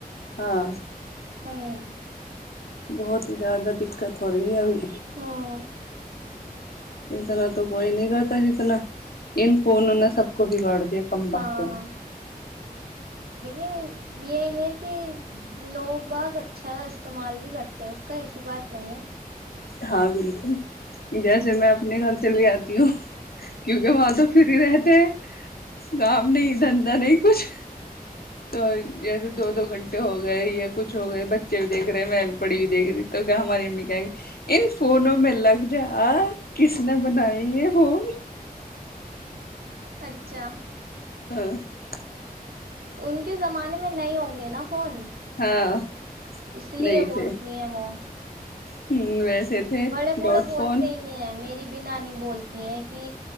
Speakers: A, on the left; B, on the right.
A: ہاں
B: ہوں
A: بہت ہی زیادہ دقت ہو رہی ہے ہمیں
B: ہاں
A: اتنا تو کوئی نہیں کرتا جتنا ان فونوں نے سب کو بگاڑ د کم بخت
B: ہاں لیکن یہ ہے کہ لوگ بہت اچھا استعمال بھی کرتے ہیں اس کا ایسی بات نہیں ہے
A: ہاں بالکل جیسے میں اپنے گھر چلے آتی ہوں کیونکہ وہاں تو فری رہتے ہیں کام نہیں دھندا نہیں کچھ تو جیسے دو دو گھنٹے ہو گئے یا کچھ ہو گئے بچے بھی دیکھ رہے میں بھی پڑھی ہوئی دیکھ رہی تو کیا ہماری امی کہ گ ان فونوں میں لگ جا کس نے بنائی ہیں فون
B: اچھا
A: ہ <inaudible>
B: انکے زمانے میں نہیں ہوں گے نا فون
A: ہاں
B: اس لیے
A: نہیں
B: بولتی
A: تھے
B: ہیں وہ
A: ہ ویسے تھے
B: بڑے بوڑے
A: ڈاٹ
B: بولتے
A: فون
B: ہی ہیں میری بی نانی بولتی ہیں کہ